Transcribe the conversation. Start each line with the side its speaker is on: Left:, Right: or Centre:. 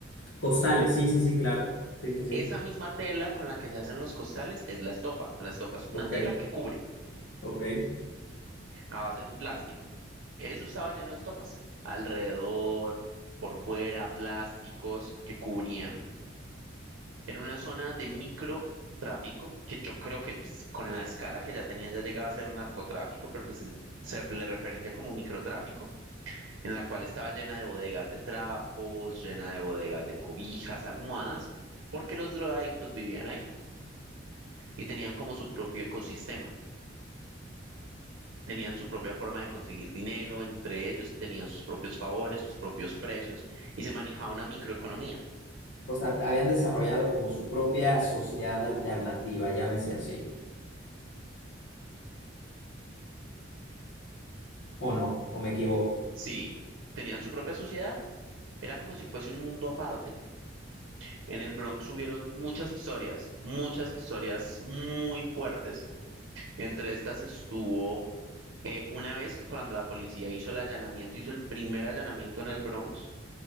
Left: Costales, sí, sí, sí, claro. Sí, sí, sí.
Right: Esa misma tela con la que se hacen los costales es la estopa. La estopa es una
Left: Ok,
Right: tela que cubre
Left: ok.
Right: a base de un plástico. Eso estaba lleno de estopas. Alrededor, por fuera, plásticos que cubrían. en una zona de microtráfico, que yo creo que pues, con la escala que ya tenía ya llegaba a ser narcotráfico, pero pues es- se le referencia como microtráfico, en la cual estaba llena de bodegas de trapos, llena de bodegas de cobijas, almohadas, porque los drogadictos vivían ahí y tenían como su propio ecosistema, tenían su propia forma de conseguir dinero, entre ellos se tenían sus propios favores, sus propios precios y se manejaba una microeconomía.
Left: O sea, habían desarrollado como su propia sociedad alternativa, llámese así. ¿O no? ¿O me equivoco?
Right: Sí, tenían su propia sociedad, era como si fuese un mundo aparte En el Bronx hubieron muchas historias, muchas historias muy fuertes. Entre estas estuvo eh, una vez que cuando la policía hizo el allanamiento, hizo el primer allanamiento en el Bronx,